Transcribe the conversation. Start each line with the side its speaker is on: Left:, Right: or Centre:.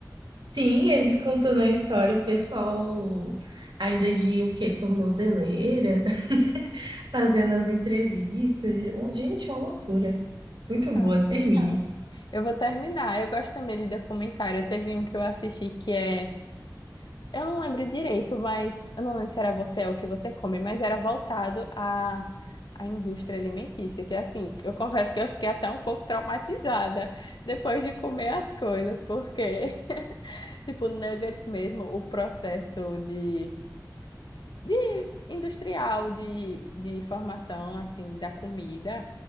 Right: Sim, eles contando a história, o pessoal ainda de o quê? Tornozeleira, <laughs> fazendo as entrevistas. Gente, é uma loucura. Muito
Left: Então,
Right: boa, termine.
Left: eu vou terminar. Eu gosto também de documentário. Teve um que eu assisti que é Eu não lembro direito, mas eu não lembro se era você ou o que você come, mas era voltado à, à indústria alimentícia, que é assim, eu confesso que eu fiquei até um pouco traumatizada depois de comer as coisas, porque, <laughs> tipo, nuggets mesmo, o processo de, de industrial, de, de formação, assim, da comida,